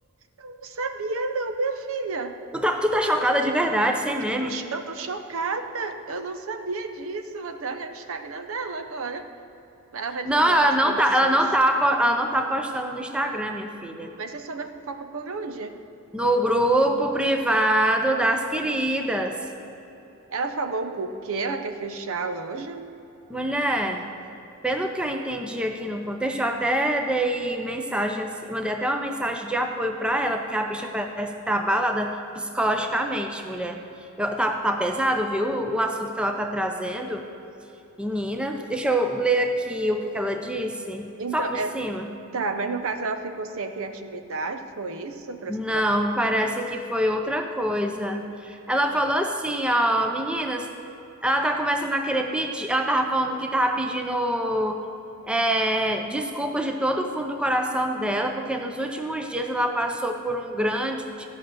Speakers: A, on the right (about 65°); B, in the centre.
A: não sabia, não, minha filha.
B: tu tá, tu tá chocada de verdade, sem
A: Eu
B: meme.
A: tô, cho- eu tô chocada. Eu não sabia disso. Vou até olhar o Instagram dela agora. Ela vai
B: Não,
A: fazer
B: ela
A: algumas
B: não
A: promoções.
B: tá, ela não tá, po- ela não tá postando no Instagram, minha filha.
A: Mas você soube a fofoca por onde?
B: No grupo privado das queridas.
A: Ela falou o porquê ela quer fechar a loja.
B: Mulher. Pelo que eu entendi aqui no contexto, eu até dei mensagem, assim, mandei até uma mensagem de apoio pra ela, porque a bicha parece que tá abalada psicologicamente, mulher. Eu- tá, tá pesado, viu? O assunto que ela tá trazendo, menina. Deixa eu ler aqui o que que ela disse,
A: Então,
B: só por
A: é,
B: cima.
A: tá, mas no caso ela ficou sem a criatividade, foi isso, para
B: Não,
A: as
B: parece que foi outra coisa. Ela falou assim, ó, meninas, ela tá começando a querer pedir, ela tava falando que tava pedindo é, desculpas de todo o fundo do coração dela, porque nos últimos dias ela passou por um grande